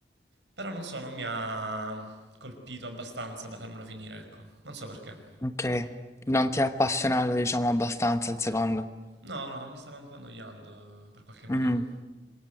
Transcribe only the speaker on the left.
ok, non ti è appassionato, diciamo, abbastanza il secondo.
Mm.